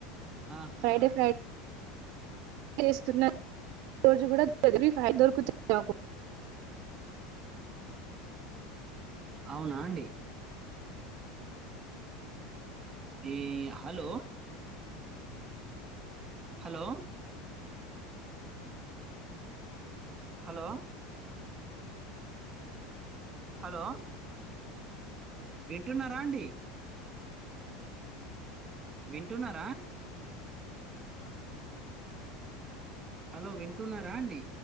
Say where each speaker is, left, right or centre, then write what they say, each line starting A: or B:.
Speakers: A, on the right; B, on the right.
A: ఆహా
B: ఫ్రైడే ఫ్రైడే చేస్తున్న రోజు కూడా చదివి ఫ్ర్రి దొకుతాది నాకు
A: అవునా అండి ఈ హలో హలో హలో హలో వింటున్నారా అండి వింటున్నారా హలో వింటున్నారా అండి